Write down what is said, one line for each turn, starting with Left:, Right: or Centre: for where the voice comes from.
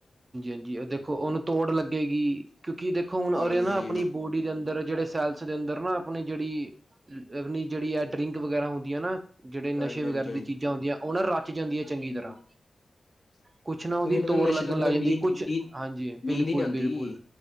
Right: ਹਾਂਜੀ ਦੇਖੋ ਉਹਨੂੰ ਤੋੜ ਲੱਗੇਗੀ ਕਿਉਂਕਿ ਦੇਖੋ ਹੁਣ
Left: ਹਾਂਜੀ
Right: ਰੇ ਨਾ ਆਪਣੀ ਬੋਡੀ ਦੇ ਅੰਦਰ ਜਿਹੜੇ ਸੈਲਸ ਦੇ ਅੰਦਰ ਨਾ ਆਪਣੀ ਜਿਹੜੀ ਆਪਣੀ ਜਿਹੜੀ ਆ ਡਰਿੰਕ ਵਗੈਰਾ ਹੁੰਦੀ ਹੈ ਨਾ ਜਿਹੜੇ ਨਸ਼ੇ
Left: ਹਾਂਜੀ
Right: ਵਗੈਰਾ
Left: ਹਾਂਜੀ
Right: ਦੀ ਚੀਜ਼ਾਂ ਹੁੰਦੀਆਂ ਉਹ ਰਚ ਜਾਂਦੀ ਹੈ ਚੰਗੀ
Left: ਹਾਂਜੀ
Right: ਤਰ੍ਹਾਂ ਕੁਛ ਨਾ ਉਹਦੀ
Left: ਕਈਆਂ ਨੂੰ
Right: ਤੋੜ
Left: ਤਾਂ ਨਸ਼ੇ
Right: ਲੱਗਣ
Left: ਤੋਂ ਬਿਨਾਂ
Right: ਲੱਗ ਜਾਂਦੀ
Left: ਨੀਂਦ
Right: ਕੁਛ
Left: ਨੀਂਦ
Right: ਹਾਂਜੀ
Left: ਨੀਂਦ
Right: ਬਿਲਕੁਲ
Left: ਹੀ ਨਹੀਂ ਆਉਂਦੀ
Right: ਬਿਲਕੁਲ